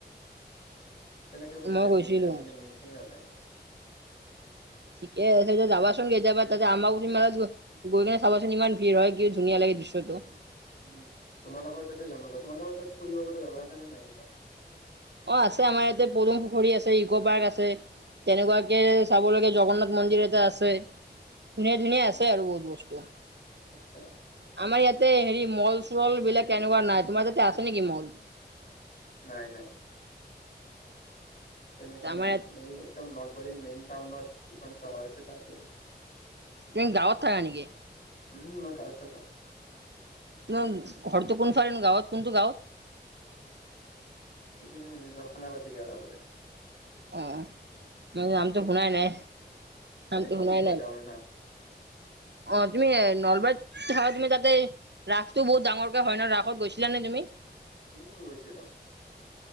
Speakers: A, on the left; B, on the right.
A: তেনেকে সুবিধা
B: মই গৈছিলোঁ।
A: মিলাই মানে, সে অ নাই মানে।
B: ঠিকে আছে যাবাচোন কেতিয়াবা <inaudible> গৈ কিনে চাবাচোন ইমান ভিৰ হয় কি ধুনীয়া লাগে দৃশ্যটো।
A: উম, তোমাৰ লগৰ তাতে যামবা তোমাৰ লগৰ তাত ফুৰিব জগা আছে নে নাই কিবা।
B: অ, আছে আমাৰ ইয়াতে পদুং পুখুৰী আছে ইকো পাৰ্ক আছে। তেনেকুৱাকে চাব লাগে জগন্নাথ মন্দিৰ এটা আছে ধুনীয়া
A: উম
B: ধুনীয়া আছে আৰু বহুত বস্তু।
A: আচ্ছা।
B: আমাৰ ইয়াতে হেৰি মল চল বিলাক এনেকুৱা নাই তোমাৰ তাতে আছে নেকি মল।
A: নাই নাই। তেনেকুৱা
B: আমাৰ
A: নাই
B: ইয়াত
A: এই একদম নলবাৰীৰ মেইন টাউনত যিখন চহৰ আছে তাতে আছে।
B: তুমি গাঁৱত থাকা নেকি?
A: উম, মই গাঁৱত থাকো।
B: ত, ঘৰটো কোনফালেনো গাঁৱত কোনতো গাঁৱত?
A: সেইখিনি জৰ্খানা পাতি কৰাবৰে,
B: অ মই
A: ততে,
B: নামটো শুনাই নাই
A: কেনেকে
B: নামটো
A: সোনিবা
B: শুনাই নাই
A: কোৰ নাম <unintelligible>
B: অ, তুমি নলবাৰত থাকা তুমি তাতে। ৰাসটো বহুত ডাঙৰকে হয় ন ৰাসত গৈছিলা নে তুমি?
A: উম, গৈছিলোঁ।